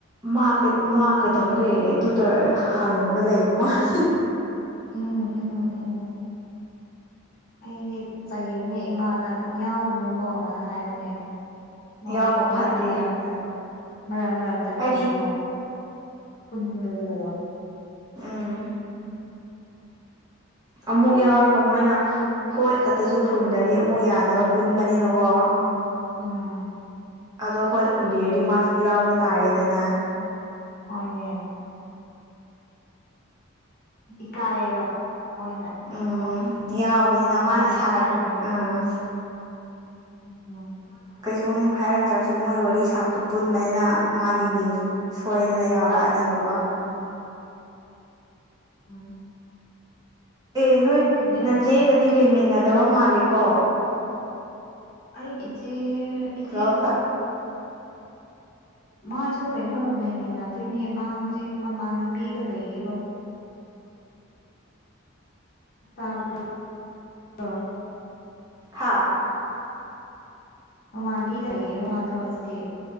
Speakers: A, on the right; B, on the left.
A: ꯃꯥꯛ ꯀꯩ ꯃꯥ ꯀꯩꯗꯧꯔ ꯂꯩꯒꯦ ꯑꯗꯨꯗ ꯍꯪꯑꯒ ꯂꯩꯕ ꯃꯥꯜꯂꯦ꯫
B: ꯎꯝ ꯎꯝ ꯎꯝ꯫ ꯑꯩꯗꯤ ꯆꯩꯕꯅꯦ ꯏꯃꯥꯗ ꯌꯥꯎꯒꯅꯨꯀꯣꯅ ꯍꯥꯏꯕꯅꯦ꯫ ꯍꯣꯏ
A: ꯌꯥꯎꯕ
B: ꯃꯔꯛ
A: ꯐꯠꯇꯦ
B: ꯃꯔꯛꯇ꯫ ꯃꯔꯛ ꯃꯔꯛꯇ
A: ꯍꯥꯏꯗꯤ
B: ꯀꯩꯅꯣ ꯄꯨꯟꯕꯗꯣ꯫
A: ꯑꯥ꯫ ꯑꯃꯨꯛ ꯌꯥꯎꯔꯒ ꯃꯣꯏꯅ ꯍꯣꯏ ꯈꯛꯇꯁꯨ ꯈꯨꯝꯗ꯭ꯔꯗꯤ ꯑꯃꯨꯛ ꯌꯥꯗꯕ ꯄꯨꯟꯕꯅꯤꯅꯀꯣ꯫
B: ꯎꯝ꯫
A: ꯑꯗꯣ ꯍꯣꯏ ꯍꯨꯝꯕꯤꯔꯗꯤ ꯃꯥꯁꯨ ꯌꯥꯎꯕ ꯇꯥꯔꯦꯗꯅ꯫
B: ꯍꯣꯏꯅꯦ꯫ ꯏꯀꯥꯏꯌꯦꯕ꯫ ꯃꯣꯏꯅ
A: ꯎꯝ
B: ꯑꯃꯨꯛ
A: ꯌꯥꯎꯕꯅꯤꯅ ꯃꯥꯅ
B: ꯍꯥꯏ
A: ꯁꯥꯔꯛ
B: ꯍꯥꯏꯔꯅꯦꯕ꯫
A: ꯑ
B: ꯎ
A: ꯁꯨꯝ ꯍꯥꯏꯔꯛꯇ꯭ꯔꯁꯨ ꯃꯣꯏ ꯋꯥꯔꯤ ꯁꯥꯕꯗꯨ ꯄꯨꯟꯕꯅꯤꯅ ꯃꯥꯒꯤ ꯃꯤꯡꯁꯨ ꯁꯣꯏ ꯅ ꯌꯥꯎꯔꯛꯑꯅꯦꯕꯀꯣ
B: ꯎꯝ ꯎꯝ
A: ꯑꯦ ꯅꯣꯏ
B: ꯑꯗꯨꯅꯦ ꯑꯗꯨꯅꯦ
A: ꯅ ꯆꯦꯒꯗꯤ ꯂꯩꯃꯤꯟꯅꯗꯕ ꯃꯥꯂꯦꯀꯣ
B: ꯑꯩ ꯏꯖꯦ ꯏꯖꯦ
A: ꯇꯣꯜꯍꯧꯗ
B: ꯑꯗꯨꯣ ꯃꯥꯁꯨ ꯀꯩꯅꯣ ꯂꯩꯃꯤꯟꯅꯗꯣꯏꯅꯦ ꯃꯥ ꯍꯧꯖꯤꯛ ꯃꯃꯥꯟꯅꯕꯤꯒ ꯂꯩꯔꯤꯕꯀꯣ ꯇꯥ <inaudible>
A: ꯍꯥꯥ
B: ꯃꯃꯥꯕꯤꯒ꯭ꯔꯌꯦꯦꯕ ꯃꯥꯗꯣ ꯍꯧꯁꯦ